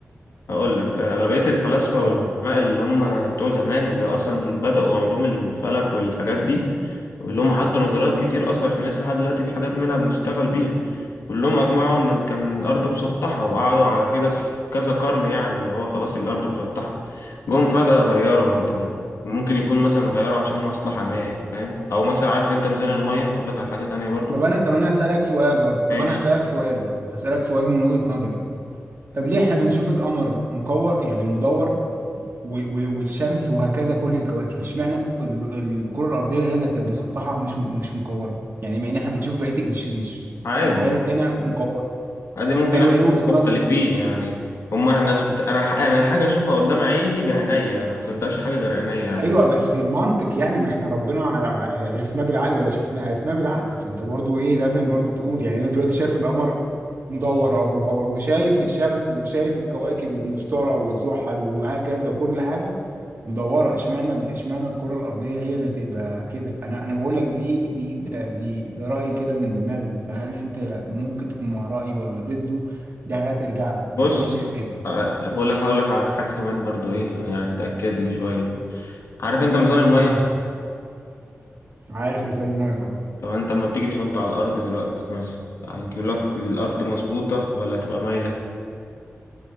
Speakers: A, on the left; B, on the right.
A: هقول لك أغلبية الفلاسفة
B: اه
A: والعلماء اللي هم بتوع زمان اللي أصلا بدأوا علوم الفلك والحاجات دي واللي هم حطوا نظريات كتير أصلا إحنا لسه لحد دلوقتي في حاجات منها بنشتغل بيها كلهم أجمعوا إن كان الأرض مسطحة وقعدوا على كده كذا قرن يعني اللي هو خلاص الأرض مسطحة جم فجأة غيروا أنت ممكن يكون مثلا غيروا عشان مصلحة ما فاهم أو مثلا عارف أنت ميزان المية هقول لك على حاجة تانية برضو
B: طب انا طب انا هسألك سؤال برضه طب
A: ماشي
B: انا هسألك سؤال برضه هسألك سؤال من وجهة نظري طب ليه احنا بنشوف القمر مكور يعني مدور و... و... والشمس وهكذا كل الكواكب اشمعنى ال- ال- الكرة الأرضية هي اللي هتبقى مسطحة مش م... مش مكورة يعني مع ان احنا بنشوف بقية مش مش
A: عادي
B: الحاجات التانية مكورة
A: عادي ممكن
B: ايوه
A: احنا
B: ايه وجهة
A: نكون مختلفين
B: نظرك
A: يعني هما احنا انا انا الحاجه اشوفها قدام عيني بعينيا انا ما صدقش حاجه غير عينيا يعني
B: ايوه بس المنطق يعني ما احنا ربنا ع- عرفناه بالعقل ولا شفناه عرفناه بالعقل فانت برضو ايه لازم برضو تقول يعني انا دلوقتي شايف القمر مدور او مكور وشايف الشمس وشايف الكواكب المشتري وزحل وهكذا وكل حاجه مدوره اشمعنى اشمعنى الكره الارضيه هي اللي هتبقى كده انا انا بقول لك دي دي ده دي ده رايي كده من دماغي فهل انت ممكن تكون مع رايي ولا ضده دي حاجه ترجع لك
A: بص
B: بس انا شايف كده
A: آه، بقول لك هقول لك على حاجه كمان برضو ايه يعني تاكد لي شويه عارف انت ميزان الميه
B: مم. عارف ميزان الميه طبعا
A: طب انت لما تيجي تحطه على الارض دلوقتي مثلا هيجي لك الارض مظبوطه ولا هتبقى مايله